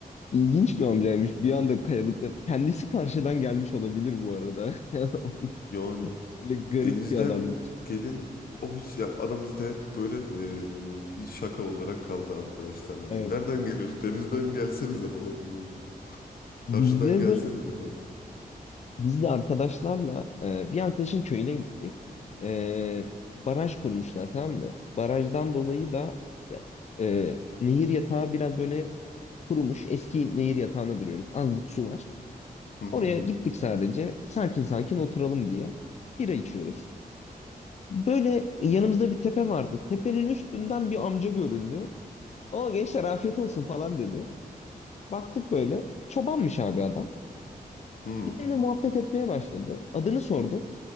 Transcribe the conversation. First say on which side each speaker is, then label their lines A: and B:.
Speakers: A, on the left; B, on the left.
A: ilginç bir amcaymış. Bir anda kayalıklar. Kendisi karşıdan gelmiş olabilir bu arada. <laughs>
B: Yani
A: Böyle garip
B: Denizden
A: bir adammış.
B: gelin o hiç ya aramızda hep böyle e, bir şaka olarak kaldı arkadaşlarla.
A: Evet.
B: Hani, Nereden geliyorsun? Denizden gelsenize falan diyor böyle. Karşıdan
A: Bizde
B: gelsenize
A: de
B: falan.
A: Biz de arkadaşlarla e, bir arkadaşın köyüne gittik. E, baraj kurmuşlar tamam mı? Barajdan dolayı da e, nehir yatağı biraz böyle kurumuş. Eski nehir yatağına duruyoruz. Azıcık su var.
B: Hı hı.
A: Oraya gittik sadece. Sakin sakin oturalım diye. Bira içiyoruz. Böyle yanımızda bir tepe vardı. Tepenin üstünden bir amca göründü. O gençler afiyet olsun falan dedi. Baktık böyle. Çobanmış abi adam.
B: Hı.
A: Bizimle muhabbet etmeye başladı. Adını sordum.